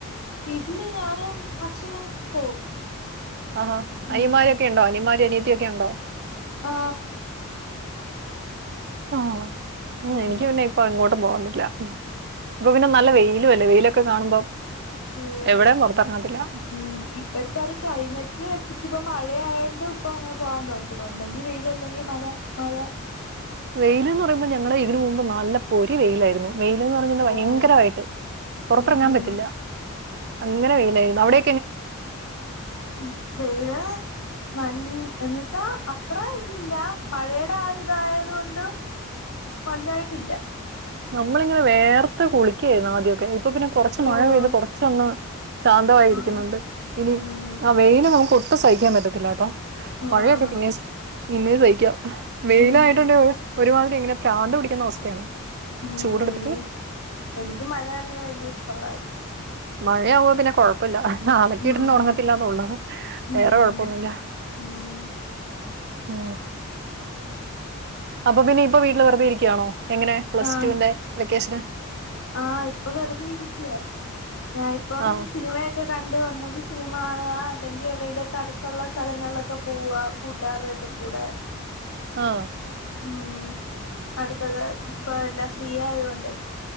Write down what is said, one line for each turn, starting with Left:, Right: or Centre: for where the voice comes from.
Left: വീട്ടില്ന്ന് ഞാനും അച്ഛനും പോവും
Right: ആഹാ
Left: ഉം
Right: അനിയന്മാരൊക്കെ ഇണ്ടോ അനിയന്മാരും അനിയ ത്ത്യോക്കെയുണ്ടോ
Left: ആ
Right: ആ ആ ആ
Left: ഉം
Right: ആ എനിക്ക് പിന്നെ ഇപ്പൊ എങ്ങോട്ടും പോണംന്നില്ല ഉം ഇപ്പൊ പിന്നെ നല്ല വെയിലു അല്ലേ വെയില് ക്ക കാണുമ്പോ
Left: ഉം
Right: എവിടെയും പുറത്തിറങ്ങത്തില്ല.
Left: ഉം ഇപ്പഴത്തോര ക്ലൈമെറ്റ് വെച് ഇപ്പം മഴയായൊണ്ട്പ്പോ അങ്ങനെ പോവാൻ തോന്നത്തില്ല ഒന്നെങ്കി വെയ്ല് അല്ലെങ്കി മല മഴ
Right: വെയ്ല്ന്ന് പറയ്മ്പോ ഞങ്ങടെ ഇതിനുമുമ്പ് നല്ല പൊരി വെയ്ലായിരുന്നു വെയ്‌ല്ന്ന് പറഞ്ഞവിടെ
Left: ഓഹ്
Right: ഭയങ്കരവായിട്ട് പൊറത്തെറങ്ങാൻ
Left: ഉം ഉം
Right: പറ്റില്ലാ അങ്ങനെ വെയ്ലായിരുന്നു അവിടെ
Left: ഉം വെയ്ല് ന ൽ എന്ന് വച്ചാ അത്ര ഇതില്ല മഴേടെ ആ ഒരു ഇതായതുകൊണ്ടും വൽതായിട്ടില്യ
Right: നമ്മളിങ്ങനെ വേർ ത്ത് കുളിക്കായിരുന്നു ആദ്യക്കെ ഇപ്പൊ പിന്നെ കൊറച്ച്
Left: ഓഹ്
Right: മഴ പെയ്ത് കുറച്ചൊന്ന് ശാന്തമായിരിക്കുന്നുണ്ട്
Left: ഉം
Right: ഇനി
Left: ഉം
Right: ആ വെയില് നമുക്ക് ട്ടും സയിക്കാൻ പറ്റത്തില്ലട്ടോ
Left: ആഹ്
Right: മഴയൊക്കെ പിന്നെ പിന്നേം സയിക്കാം വെയിലായിട്ടുണ്ടേ
Left: ഉം
Right: ഒരു മാ ഇങ്ങനെ പ്രാന്ത്‌ പിടിക്കുന്ന അവസ്ഥയാണ്
Left: ഉം
Right: ചൂടെടുത്തിട്ട്.
Left: എനിക്ക് എനിക്ക് മഴനനയുന്നെ ഭയങ്കര ഇഷ്ടമുള്ള കാര്യാ
Right: മഴയാബാ പിന്നെ കൊഴപ്പല്ല അലക്കി
Left: ഉം
Right: ഇടണ ഒണക്കത്തില്ലന്നെ ഒള്ള്
Left: ഉം
Right: വേറെ കൊഴപ്പൊന്നുവില്ല
Left: ഉം
Right: ആ അപ്പൊ പിന്നെ ഇപ്പൊ വീട്ടില് വെറുതെ ഇരിക്കയാണോ എങ്ങനെ പ്ലസ്
Left: ആഹ്
Right: റ്റു വിന്റെ വെക്കേഷന്
Left: ആഹ് ഇപ്പൊ വെറുതെ ഇരിക്കയാ ഞാൻ ഇപ്പം
Right: ആഹ്
Left: സിനിമയൊക്കെ കണ്ട ണ്ട് ഒന്നങ്കി സിനിമ കാണുക അല്ലെങ്കി എവിടെലൊക്കെ അടുത്തൊള്ള സ്ഥലങ്ങളിലൊക്കെ പോവ കൂട്ടുകാർടെക്കെ കൂടെ
Right: ആഹ്
Left: ഉം അടുത്തത് ഇപ്പ എല്ലാ ഫ്രീ ആയത് കൊണ്ടേ